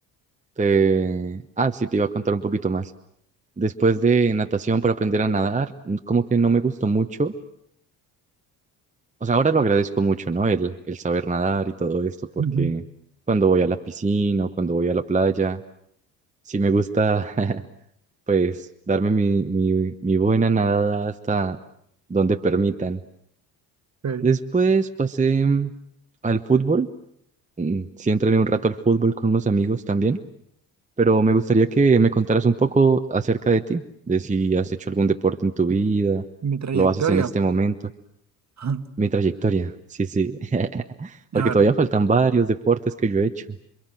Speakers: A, on the right; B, on the right.
A: te... Ah, sí, te iba a contar un poquito más. Después de natación para aprender a nadar, como que no me gustó mucho. O sea, ahora lo agradezco mucho, ¿no? El, el saber nadar y todo esto, porque
B: <laughs>
A: cuando voy a la piscina o cuando voy a la playa, sí me gusta, <laughs> pues, darme mi, mi, mi buena nadada hasta donde permitan.
B: Ok,
A: Después pasé mm, al fútbol. Mm, Sí entrené un rato al fútbol con unos amigos también, pero me gustaría que me contaras un poco acerca de ti, de si has hecho algún deporte en tu vida,
B: Mi trayectoria.
A: lo haces en este momento,
B: <clears throat> <laughs>
A: mi trayectoria. Sí, sí. <laughs>
B: A
A: Porque
B: ver,
A: todavía faltan varios deportes que yo he hecho.